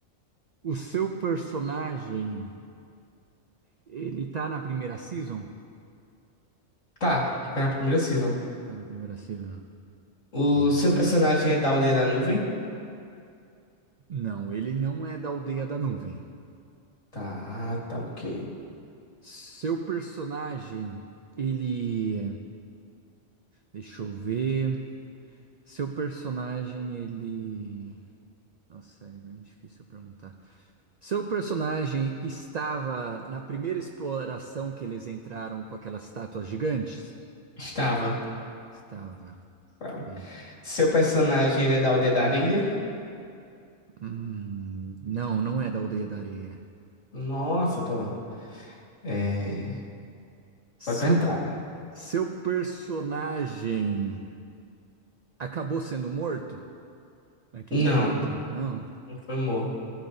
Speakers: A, on the right; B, on the left.
A: O seu personagem, ele tá na primeira season?
B: Tá, tá na primeira season.
A: Tá na primeira season.
B: O
A: Hum.
B: seu personagem é da aldeia da nuvem?
A: Não, ele não é da Aldeia da Nuvem.
B: Tá, tá, ok.
A: Seu personagem, ele. Deixa eu ver. Seu personagem, ele. Nossa, é bem difícil perguntar. Seu personagem estava na primeira exploração que eles entraram com aquelas estátuas gigantes?
B: Estava.
A: Estava.
B: Estava.
A: Bem.
B: Seu personagem ele é da aldeia da areia?
A: Hum, não, não é da Aldeia da Areia.
B: Nossa, tava. É.
A: Seu,
B: Pode perguntar.
A: seu personagem acabou sendo morto naquele
B: Não,
A: momento? Não.
B: não foi morto.